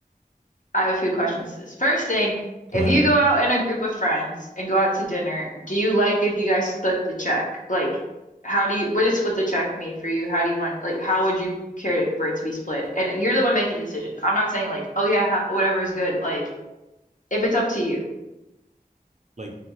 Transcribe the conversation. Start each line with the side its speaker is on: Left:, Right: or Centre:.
Left: I have a few questions. to This first thing,
Right: Go
Left: if
Right: ahead.
Left: you go out in a group of friends and go out to dinner, do you like if you guys split the check? Like, how do you, what does split the check mean for you? How do you want, like, how would you care for it to be split? And you're the one making decisions. I'm not saying like, oh yeah, ha- whatever is good. Like, if it's up to you,
Right: Like,